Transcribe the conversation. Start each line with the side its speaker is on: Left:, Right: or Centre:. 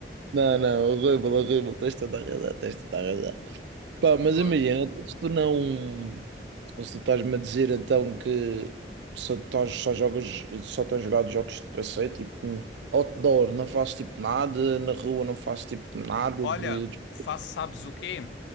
Right: Não, não, horrível, horrível, tens toda a razão, tens toda a razão. Pá, mas
Left: Fogo.
Right: imagina, então, se tu não. Ou se tu estás-me a dizer então que só, estás, só jogas, só tens jogado jogos de passeio, tipo outdoor, não faço tipo nada, na rua não faço tipo nada
Left: Olha,
Right: de. de-
Left: faço sabes o quê?